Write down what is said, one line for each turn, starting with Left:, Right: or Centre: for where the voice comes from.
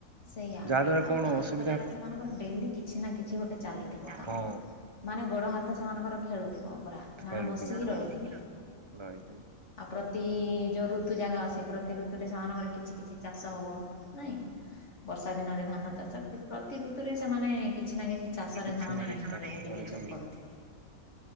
Left: ସେଇଆ
Right: ଯାହା ଦ୍ଵାରା କଣ
Left: ଆଉ ଗାଁ
Right: ଅସୁବିଧା
Left: ଲୋକ ଯାକ ସେମାନଙ୍କର ଡେଲି କିଛି ନା କିଛି ଗୋଟେ ଚାଲିଛି, କାମ
Right: ହଁ
Left: ମାନେ ଗୋଡ ହାତ ସେମାନଙ୍କର ଖେଳୁଥିବ ପୁରା
Right: ଖେଳୁଥିବ
Left: ଯମାନେ ବସିକି
Right: ହଁ
Left: ରହିବେନି,
Right: ରହିଥିବ ହୁଁ।
Left: ଆଉ ପ୍ରତି ଯୋଉ ଋତୁ ଜାଗା ଆସେ ପ୍ରତି ଋତୁରେ ସେମାନଙ୍କର କିଛି କିଛି ଚାଷ ହବ, ନାଇଁ ବର୍ଷା ଦିନରେ ଧାନ ଚାଷ କି ପ୍ରତି ଋତୁରେ ସେମାନେ କିଛି ନା କିଛି ଚାଷରେ
Right: କିଛି
Left: ସେମାନେ
Right: ନା କିଛି
Left: ନିଜକୁ
Right: ଚାଷ
Left: ବିନିଯୋଗ
Right: କରିକି
Left: କରୁଥିବେ